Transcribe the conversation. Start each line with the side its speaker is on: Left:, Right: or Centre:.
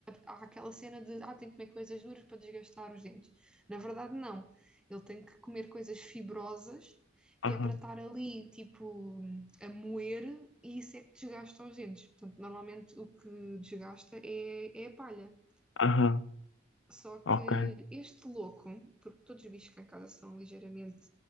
Centre: há há aquela cena de ah, tem que comer coisas duras para desgastar os dentes. Na verdade, não. Ele tem que comer coisas fibrosas,
Left: Aham,
Centre: que é para estar ali, tipo, a moer, e isso é que desgasta os dentes. Portanto, normalmente o que desgasta é, é a palha.
Left: aham,
Centre: Só
Left: ok,
Centre: que este louco, porque todos os bichos cá em casa são ligeiramente